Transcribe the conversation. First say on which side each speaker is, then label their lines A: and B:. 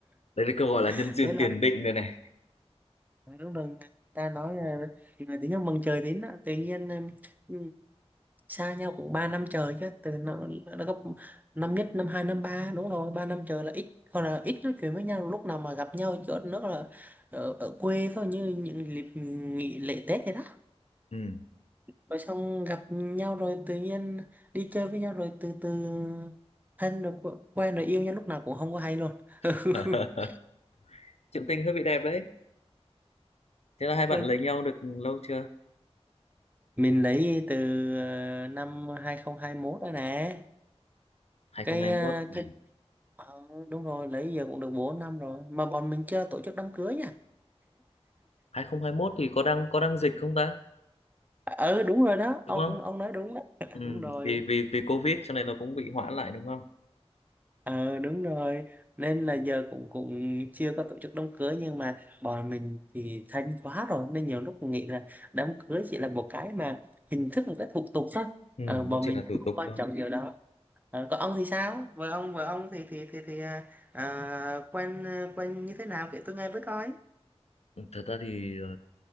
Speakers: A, on the left; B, on the right.
A: đấy là câu gọi là
B: à,
A: nhân duyên
B: thế là
A: tiền định đây này
B: lúc đầu người ta nói là người tính nhau mừng trời đến đó, tự nhiên ừm, xa nhau cũng 3 năm trời chứ từ nó, nó gấp năm nhất năm hai năm ba đúng rồi 3 năm trời là ít còn là ít nói chuyện với nhau lúc nào mà gặp nhau chỗ nữa là ở, ở quê thôi như những dịp nghỉ lễ Tết vậy đó
A: ừ.
B: rồi xong gặp nhau rồi tự nhiên đi chơi với nhau rồi từ từ thân rồi qu- quen rồi yêu nhau lúc nào cũng không có hay luôn
A: <laughs>
B: <laughs>
A: chuyện tình hơi bị đẹp đấy thế là hai bạn
B: Quên.
A: lấy nhau được lâu chưa
B: mình lấy từ ờ, năm 2021 rồi nè
A: 2021
B: cái ờ,
A: ừ.
B: cái ờ, đúng rồi lấy giờ cũng được 4 năm rồi mà bọn mình chưa tổ chức đám cưới nha
A: 2021 thì có đang có đang dịch không ta
B: ờ đúng rồi đó
A: đúng
B: ông
A: không
B: ông ông nói đúng đó <laughs>
A: Ừ,
B: đúng rồi
A: vì vì vì Covid cho nên là cũng bị hoãn lại đúng không?
B: Ờ đúng rồi nên là giờ cũng cũng chưa có tổ chức đám cưới nhưng mà bọn mình thì thanh quá rồi nên nhiều lúc mình nghĩ là đám cưới chỉ là một cái mà hình thức một cái thủ tục thôi
A: ừ,
B: ờ, bọn
A: nó chỉ
B: mình
A: là
B: cũng
A: thủ
B: không
A: tục
B: quan
A: thôi
B: trọng điều đó ờ, còn ông thì sao vợ ông vợ ông thì thì thì thì à, à, quen quen như thế nào kể tôi nghe với coi
A: Ừ, Thật ra thì ờ,